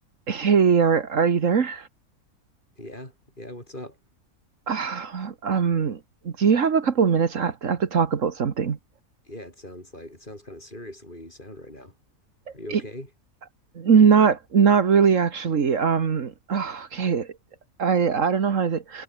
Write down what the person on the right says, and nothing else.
Hey, are are you there?
Ah, Um, do you have a couple of minutes? I have to, I have to talk about something.
It,
not not really actually. Um, ah, okay. I I don't know how to say.